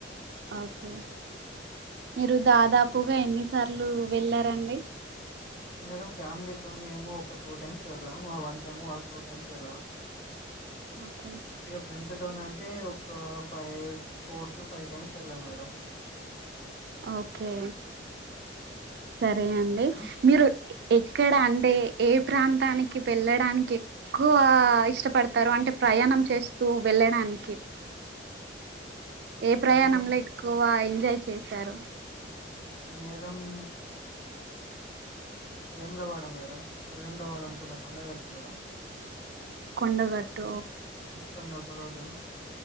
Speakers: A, on the right (about 55°); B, on the left (about 45°).
A: ఓకే మీరు దాదాపుగా ఎన్నిసార్లు వెళ్ళారండి
B: మేడం ఫ్యామిలీతోనేమో ఒక టూ టైమ్స్ వెళ్ళాం ఆ వన్ టైమ్ వాళ టూ టైమ్స్ వెళ్ళాం
A: ఓకే
B: ఇక ఫ్రెండ్స్ అంటే తోనాకె ఒక five four to five times వెళ్ళా మేడం
A: ఓకే సరే అండి
B: ఆ
A: మీరు ఎక్కడ అంటే ఏ ప్రాంతానికి వెళ్ళడానికి ఎక్కువ ఇష్టపడతారు అంటే ప్రయాణం చేస్తూ వెళ్ళడానికి ఏ ప్రయాణంలో
B: మేడం
A: ఎక్కువ ఎంజాయ్ చేశారు
B: మేడమ్
A: అ
B: వేములవాడ మేడం మా వేములవాడ అంటున్న కొండగట్టు మేడం
A: కొండగట్టు ఓకే
B: తుంది ఒక రోజు